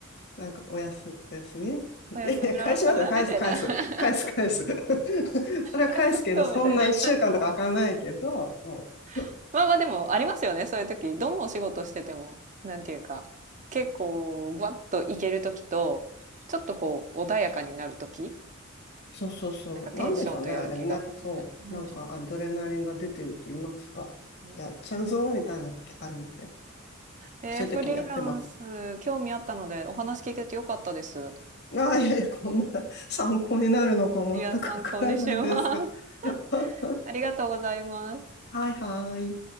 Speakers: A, on the left; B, on the right.
A: なんかおやす、おやすみ。いやいや、
B: お休みなのかなみたいな。
A: 返しますよ。返す、返す。
B: <laughs>
A: 返す、返す。<laughs> それは返すけど、
B: あれちょっとみたいな。
A: そんな一週間とか開かないけど、そう。
B: <laughs> まあまあでもありますよね。そういう時。どのお仕事してても、なんていうか、結構バッといける時と、ちょっとこう穏やかになる時。
A: そうそうそう。
B: なんかテンションとやる気が。
A: なんでしょうね、あれね。そう。
B: ね、なんでしょうね。
A: なんかアドレナリンが出てると言いますか。
B: ね
A: やっちゃうぞ、みたいな時あるので、
B: えーフリーランス、
A: そういう時にやってます。
B: 興味あったのでお話聞けてよかったです。
A: ああ、いやいや、こんな参考になるのか全くわからないですが。
B: いや、参考にします。
A: <laughs>
B: <laughs> ありがとうございます。
A: はいはい。